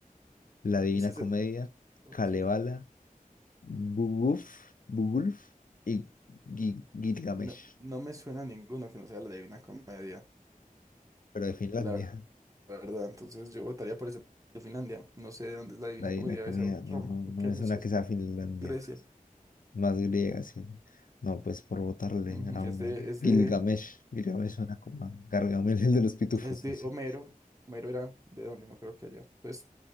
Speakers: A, on the left; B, on the right.
A: La Divina
B: Es que
A: Comedia,
B: se- Ok.
A: Kalevala, Bugulf, Bugulf y Gi- Gilgamesh,
B: No, no me suena a ninguno que no sea la Divina Comedia,
A: pero de Finlandia.
B: la verdad. Entonces yo votaría por ese de Finlandia. No sé dónde es la Divina
A: Ahí
B: Comedia,
A: una comida,
B: debe ser
A: no,
B: Roma,
A: no,
B: ok,
A: no me suena
B: no sé.
A: que sea Finlandia,
B: Grecia.
A: pues, más griega, sí. No, pues por votarle
B: Ujú,
A: a una.
B: Es de, es
A: Gilgamesh,
B: de
A: Gilgamesh suena como a Gargamel, el de los pitufos,
B: es de
A: no sé.
B: Homero. Homero era de dónde, no creo que haya. Entonces,